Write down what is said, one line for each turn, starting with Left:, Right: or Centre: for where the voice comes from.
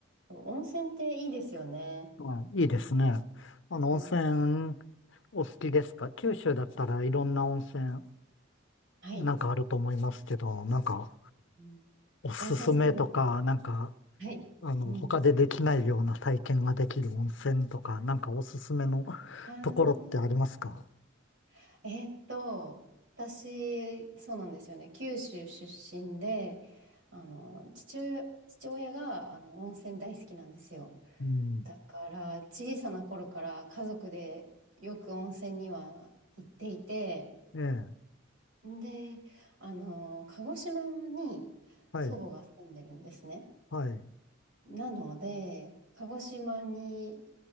Right: 温泉っていいですよね。
Left: はい、いいですね。あの、
Right: うん、
Left: 温泉お好きですか九州だったらいろんな温泉
Right: はい。
Left: なんかあると思いますけど、なんか
Right: うん
Left: おすすめとか、
Right: 温泉好きです。
Left: なんか
Right: はい。
Left: あの、
Right: うん。
Left: 他でできないような体験ができる温泉とか、なんかおすすめの
Right: あ
Left: ところってありますか
Right: あ、えーっと、私、そうなんですよね。九州出身で、あの、父親、父親が、あの、温泉大好きなんですよ。
Left: うん。
Right: だから、小さな頃から家族でよく温泉には行っていて、
Left: ええ。
Right: で、あの、鹿児島に
Left: はい。
Right: 祖母が住んでるんですね。
Left: はい。
Right: なので、鹿児島に